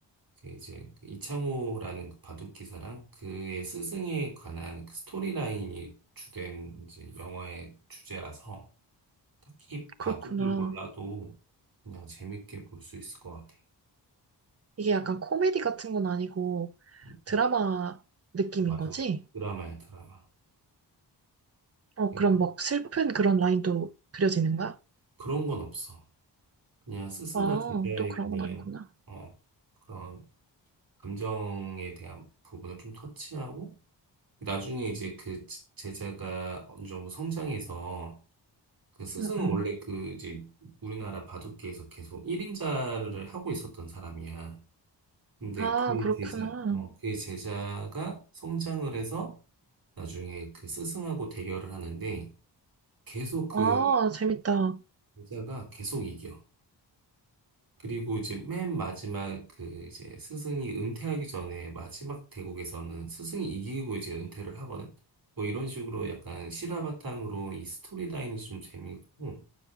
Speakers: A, on the right; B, on the right.
A: 그 이제 그 이창호라는 그 바둑 기사랑 그의 스승에 관한 그 스토리라인이 주된 이제 영화의 주제라서 딱히 바둑을
B: 그렇구나.
A: 몰라도 그냥 재밌게 볼 수 있을 것 같아.
B: 이게 약간 코미디 같은 건 아니고
A: 음,
B: 드라마 느낌인
A: 어, 맞아.
B: 거지?
A: 드라마야, 드라마.
B: 어,
A: 예.
B: 그럼 막 슬픈 그런 라인도 그려지는 거야?
A: 그런 건 없어. 그냥 스승과
B: 아,
A: 제자의
B: 또 그런
A: 그냥
B: 건 아니구나.
A: 어, 그런 감정에 대한 부분을 좀 터치하고 나중에 이제 그 제- 제자가 어느 정도 성장해서 그 스승은
B: 응, 응.
A: 원래 그 이제 우리나라 바둑계에서 계속 1인자를 하고 있었던 사람이야. 근데
B: 아,
A: 그의
B: 그렇구나.
A: 제자, 어, 그의 제자가 성장을 해서 나중에 그 스승하고 대결을 하는데 계속 그
B: 아, 재밌다.
A: 제자가 계속 이겨. 그리고 이제 맨 마지막 그 이제 스승이 은퇴하기 전에 마지막 대국에서는 스승이 이기고 이제 은퇴를 하거든. 뭐 이런 식으로 약간 실화 바탕으로 이 스토리 라인이 좀 재미있고